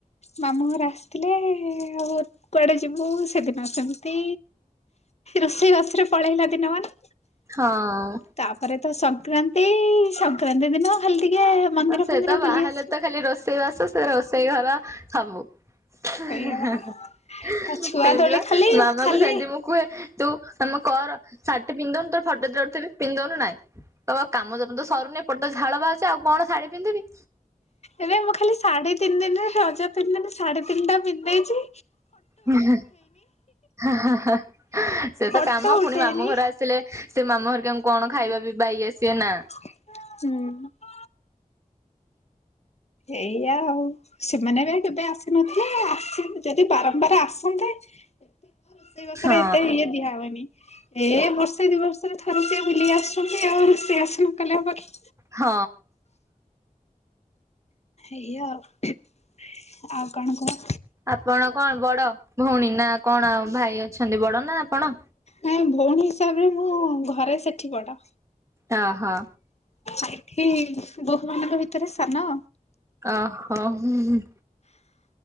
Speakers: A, on the left (about 50°); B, on the right (about 20°).
A: ମାମୁଁ ଘର ଆସିଥିଲେ ଆଉ କୁଆଡ଼େ ଯିବୁ ସେଦିନ ସେମିତି ରୋଷେଇ ବାସରେ ପଳେଇଲା ଦିନ ମାନ।
B: ହଁ।
A: ତାପରେ ତ ସଂକ୍ରାନ୍ତି ସଂକ୍ରାନ୍ତି ଦିନ ଖାଲି ଟିକେ ମନ୍ଦିର
B: ସେ
A: ଫନ୍ଦିର
B: ତ ବାହା
A: ବୁଲି
B: ହେଲେ
A: ଆସିଲୁ।
B: ତ ଖାଲି ରୋଷେଇ ବାସ ସେ ରୋଷେଇ ଘର ସବୁ ହେଁ
A: ସେଇଆ ପରା
B: ସେମିତି
A: ଛୁଆ ତୋଳେ
B: ବା
A: ଖାଲି
B: ମାମା
A: ଖାଲି
B: କୁ ସେମିତି ମୁଁ କୁହେ ତୁ ତମେ କର ଶାଢ଼ୀ ଟେ ପିନ୍ଦଉନୁ ତୋର ଫଟ ଦିଟା ଉଠେଇଦେବି ପିନ୍ଦଉନୁ ନାଇଁ। କଇବ କାମ ଦାମ ତ ସରୁନି ଏପଟେ ତ ଝାଳ ବାହାରୁଚି ଆଉ କଣ ଶାଢ଼ୀ ପିନ୍ଧିବି।
A: ଏବେ ମୁଁ ଖାଲି ଶାଢ଼ୀ ତିନି ଦିନରେ ରଜ ତିନିଦିନ ଶାଢ଼ୀ ତିନିଟା ପିନ୍ଦଦେଇଚି।
B: ହିଁ ହିଁ ହା ହା ହା ସେ
A: ଫଟୋ
B: ତ କାମ
A: ଉଠେଇନି।
B: ପୁଣି ମାମୁଁ ଘର ଆ ଆସିଲେ ସେ ମାମୁଁ ହେରିକାଙ୍କୁ କଣ ଖାଇବା ପିଇବା ଇଏ ସିଏ ନା।
A: ହୁଁ। ଏଇଆ ଆଉ। ସେମାନେ ଏବେ କେବେ ଆସିନଥିଲେ ଆସି ଯଦି ବାରମ୍ବାର ଆସନ୍ତେ ରୋଷେଇ ବାସରେ
B: ହଁ
A: ଏତେ ଇଏ ଦିଆ ହୁଏନି। ଏ ବର୍ଷେ ଦି ବର୍ଷରେ ଥରେ ସିଏ ବୁଲି ଆସୁଛନ୍ତି ଆଉ ରୋଷେଇ ବାସ ନ କଲେ ହବ କି।
B: ହଁ।
A: ଏଇଆ ଆଉ ଆଉ କଣ କୁହ?
B: ଆପଣ କଣ ବଡ଼ ଭଉଣୀ ନା କଣ ଆଉ ଭାଇ ଅଛନ୍ତି ବଡ଼ ନା ଆପଣ?
A: ନାଇଁ ଭଉଣୀ ହିସାବରେ ମୁଁ ଘରେ ସେଠି ବଡ଼।
B: ଓ ହୋ।
A: ଏଠି ବୋହୂ ମାନଙ୍କ ଭିତରେ ସାନ।
B: ଓହୋ ହୁଁ।